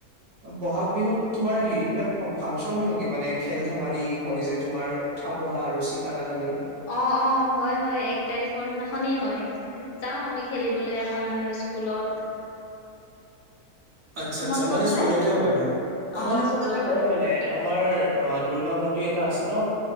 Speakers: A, on the right; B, on the left.
A: ব'হাগ বিহুত তোমাৰ হেৰি বিলাক ফাংচন হয় নেকি মানে খেল ধেমালি হয় যে তোমাৰ উঠাবহা আৰু ৰচি টনাটানি।
B: অ', অ', হয়, হয় এক তাৰিখৰ দিনাখনেই হয় যাও আমি খেলিবলে আমাৰ স্কুলত।
A: আচ্ছা
B: তোমালোকৰ
A: আচ্ছা মানে
B: ফালে?
A: স্কুলতে হয়। আমালোকৰ
B: অ', স্কুলত
A: মানে হয় মানে আমাৰ দুূৰ্গা মন্দিৰ এটা আছে ন।